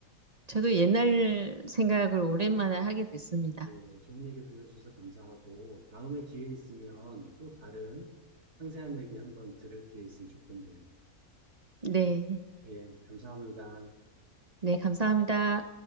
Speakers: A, on the right; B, on the right.
A: 저도
B: 음,
A: 옛날 생각을 오랜만에 하게 됐습니다.
B: 예, 좋은 얘기 들려주셔서 감사하고, 다음에 기회 있으면 또 다른 상세한 얘기 한번 들을 기회 있으면 좋겠네요.
A: 네.
B: 예, 감사합니다.
A: 네, 감사합니다.